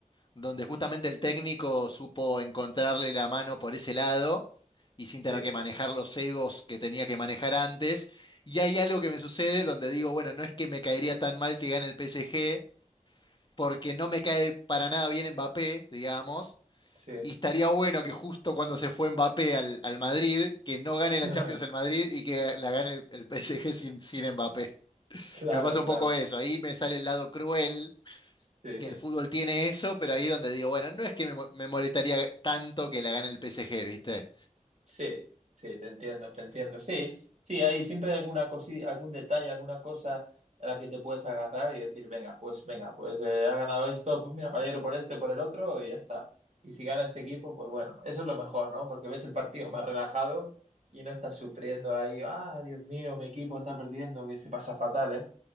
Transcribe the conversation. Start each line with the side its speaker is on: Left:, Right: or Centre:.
Left: donde justamente el técnico supo encontrarle la mano por ese lado y sin
Right: Sí,
Left: tener que manejar los egos que tenía que manejar antes. Y hay algo que me sucede donde digo, bueno, no es que me caería tan mal que gane el PSG, porque no me cae para nada bien Mbappé, digamos,
Right: sí.
Left: y estaría bueno que justo cuando se fue Mbappé al, al Madrid, que no gane
Right: <laughs>
Left: la Champions el Madrid y que la gane el, el PSG sin, sin Mbappé.
Right: Claro,
Left: Me pasa
Right: claro.
Left: un poco eso, ahí me sale el lado cruel
Right: Sí,
Left: que el fútbol tiene eso, pero ahí donde digo, bueno, no es que me, mo- me molestaría tanto que la gane el PSG, ¿viste?
Right: sí, sí, te entiendo, te entiendo. Sí, sí, hay siempre alguna cosita, algún detalle, alguna cosa a la que te puedes agarrar y decir, venga, pues venga, pues eh, ha ganado esto, pues mira, me alegro por este, por el otro y ya está. Y si gana este equipo, pues bueno, eso es lo mejor, ¿no? Porque ves el partido más relajado y no estás sufriendo ahí, ah, Dios mío, mi equipo está perdiendo, que se pasa fatal, ¿eh?